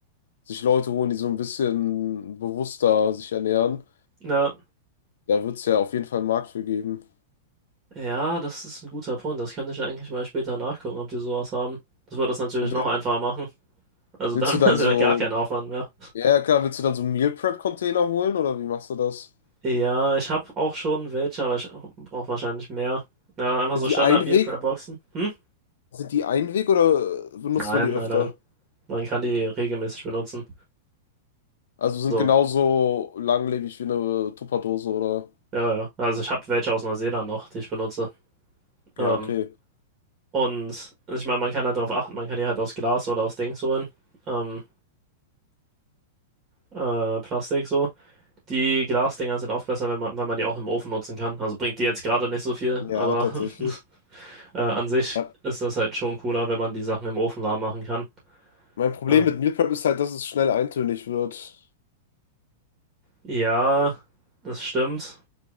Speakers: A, on the left; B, on the right.
A: sich Leute holen, die so ein bisschen bewusster sich ernähren.
B: Ja.
A: Da wird es ja auf jeden Fall einen Markt für geben.
B: Ja, das ist ein guter Punkt. Das könnte ich eigentlich mal später nachgucken, ob die sowas haben. Das würde das natürlich
A: Will-
B: noch einfacher machen. Also
A: Willst
B: dann
A: du
B: <laughs>
A: dann
B: wäre es
A: so,
B: ja gar kein Aufwand mehr.
A: ja ja, klar, willst du dann so Meal Prep Container holen oder wie machst du das?
B: Ja, ich habe auch schon welche, aber ich brauche wahrscheinlich mehr. Ja, einfach
A: Sind
B: so
A: die
B: Standard-Meal
A: Einweg
B: Prep Boxen. Hm?
A: Sind die Einweg oder benutzt
B: Nein,
A: man die öfter?
B: nein, nein. Man kann die regelmäßig benutzen.
A: Also sind
B: So,
A: genauso langlebig wie eine Tupperdose oder?
B: ja, ja. Also ich habe welche aus Neuseeland noch, die ich benutze. Ähm,
A: Ja, okay.
B: und ich meine, man kann halt darauf achten, man kann die halt aus Glas oder aus Dings holen. Ähm, äh, Plastik so. Die Glasdinger sind oft besser, wenn man, weil man die auch im Ofen nutzen kann. Also bringt die jetzt gerade nicht so viel,
A: Ja,
B: aber
A: tatsächlich.
B: <laughs> äh, an sich
A: Ja.
B: ist das halt schon cooler, wenn man die Sachen im Ofen warm machen kann.
A: Mein Problem
B: Ähm,
A: mit Meal Prep ist halt, dass es schnell eintönig wird.
B: ja, das stimmt.